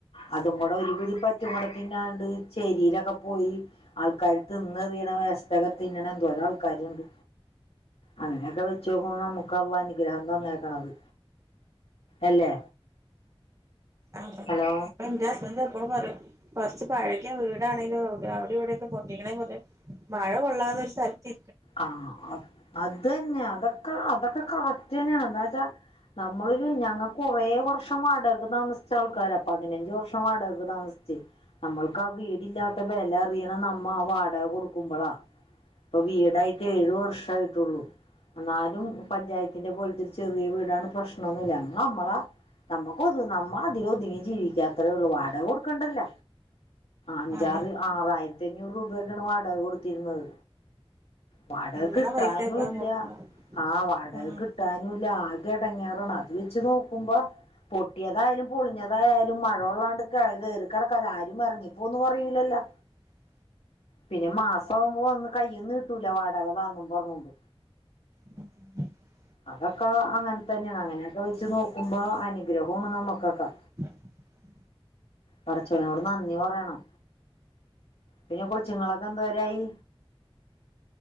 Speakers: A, on the left (about 80°); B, on the right (about 35°).
A: അതും കൂടെ ഒരുപിടി പച്ചമുടത്തിന്നാണ്ട് ചേരിയിലൊക്കെ പോയി ആൾക്കാർ തിന്ന് എറീണ വേസ്റ്റൊക്കെ തിന്നണ എന്തോരാൾക്കാരുണ്ട്. അങ്ങനെയൊക്കെ വെച്ചു നോക്കുമ്പൾ നമുക്കു അള്ള അനുഗ്രഹം തന്നേക്കണത് അല്ലേ
B: അതെ
A: ഹലോ
B: എൻ്റെ ഹസ്ബൻ്റ് എപ്പളും പറിം കുറച്ച് പഴകിയ വീടാണെങ്കിലും അവിടെ ഇവിടൊക്കെ പൊട്ടീക്കണേ മുതൽ മഴ കൊള്ളാതെ ഒരു സ്ഥലത്തി
A: ആ അത് തന്നെഅതൊക്കെ അതൊക്കെ കറക് റ്റന്നാണ് എന്ന് വെച്ചാ നമ്മളില് ഞങ്ങള്ക്ക കൊറേ വർഷം വാടകക്ക് താമസിച്ച ആൾക്കാരാ പതിനഞ്ച് വർഷം വാടകക്ക് താമസിച്ച്. നമ്മൾക്ക് ആ വീടില്ലാത്ത വില അറിയണം നമ്മ ആ വാടക കൊടുക്കുമ്പോളാ. ഇപ്പൊ വീട് ടായിട്ട് ഏഴു വർഷായിട്ടേയുള്ളൂ. എന്നാലും പഞ്ചായത്തിന്റെ പോലത്തെ ചെറിയ വീടാണ് പ്രശ്നന്നുല്ല നമ്മള നമ്മള നമ്മുക്ക് അത് നമ്മൾ അതിലെതിങ്ങി ജീവിക്കാ അത്ര ഉള്ളു. വാടക കൊടു ണ്ടല്ല അഞ്ചാറ്
B: അതെ
A: ആറായിരത്തി അഞ്ഞൂറ് രൂപക്കാണ് വാടക കൊടുത്തിരുന്നത്. വാടകക്ക്
B: തിന്നണ
A: കിട്ടാനും
B: പൈസയൊക്കെ
A: ഇല്ല
B: കൊടുക്കണം
A: ആ വാടകക്ക്
B: ആഹ്
A: കിട്ടാനുംല്ല ആകെ എടങ്ങാറാണ് അത് വെച്ച് നോക്കുമ്പോ പൊട്ടിയതായാലും പൊളി ഞ്ഞതായാലും മഴൊള്ളാണ്ട് ക കയറി കിടക്കല്ല ആരും ഇറങ്ങിപ്പോന്നും പറയൂലല്ലോ
B: <inaudible>
A: പിന്നെ മാസമാകുമ്പോ വന്ന് കയ്യിന്ന് കിട്ടൂല വാടകതാന്നും പറഞ്ഞോണ്ട്.
B: <inaudible>
A: അതൊക്കെ അങ്ങനെ തന്നെയാണ് അങ്ങനെയൊക്കെ വെച്ച് നോക്കുമ്പോ അനുഗ്രഹാണ് നമുക്കൊക്കെ
B: <inaudible>
A: പടച്ചോനോട് നന്ദി പറയണം പിന്നെ കൊച്ച്ങ്ങളൊക്കെ എന്തോരായി?